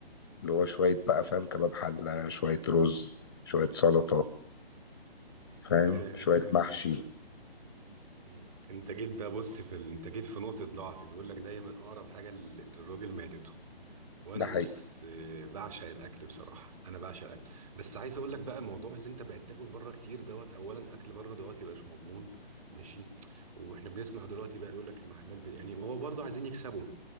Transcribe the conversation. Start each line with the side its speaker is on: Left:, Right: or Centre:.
Left: اللي هو شوية بقى فاهم كباب حلة شوية رز شوية سلطة فاهم
Right: آه
Left: شوية
Right: يا صديقي
Left: محشي
Right: مم. انت جيت بقى بص في ال... انت جيت في نقطه ضعفي بيقول لك دايما اقرب حاجه لل- للراجل معدته وانا
Left: ده حقيقي
Right: بص آه، بعشق الاكل بصراحه انا بعشق الاكل بس عايز اقول لك بقى موضوع اللي انت بقيت تاكل بره كتير دوت اولا اكل بره دوت يبقى مش مضمون ماشي واحنا بنسمع دلوقتي بقى يقول لك المحلات بي... يعني هو برضه عايزين يكسبوا